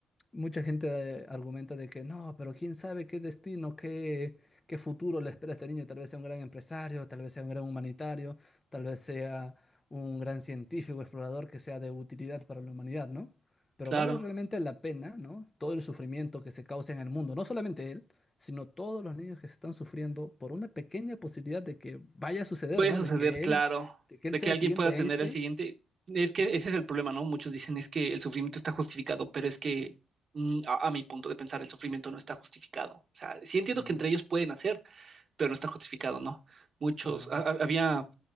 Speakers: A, on the left; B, on the right.
A: mucha gente eh, argumenta de que no, pero quién sabe qué destino, qué, qué futuro le espera a este niño. Tal vez sea un gran empresario, tal vez sea un gran humanitario, tal vez sea un gran científico, explorador que sea de utilidad para la humanidad, ¿no? Pero
B: claro.
A: vale realmente la pena, ¿no? Todo el sufrimiento que se causa en el mundo, no solamente él, sino todos los niños que se están sufriendo por una pequeña posibilidad de que vaya a suceder,
B: Voy
A: ¿no?
B: a suceder,
A: De que
B: claro,
A: él, de que
B: de
A: él sea
B: que
A: el
B: alguien
A: siguiente
B: pueda tener
A: Einstein.
B: el siguiente. Es que ese es el problema, ¿no? Muchos dicen es que el sufrimiento está justificado, pero es que mm, a, a mi punto de pensar el sufrimiento no está justificado. O sea, sí entiendo
A: Mm,
B: que entre ellos pueden hacer, pero no está justificado, ¿no? Muchos,
A: claro.
B: ha- ha- había,